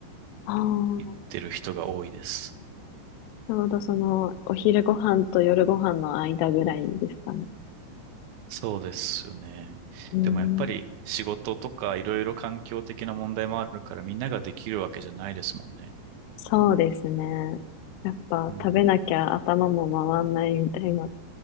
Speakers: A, on the left; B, on the right.
A: ああ、ち
B: 言ってる人が多いです。
A: ょうどその、お昼ご飯と夜ご飯の間ぐらいですかね。
B: そうですよね。
A: うーん、
B: でもやっぱり仕事とかいろいろ環境的な問題もあるからみんなができるわけじゃないですもんね。
A: そうですね。やっぱ食べなきゃ頭も回んないみたいな
B: うん。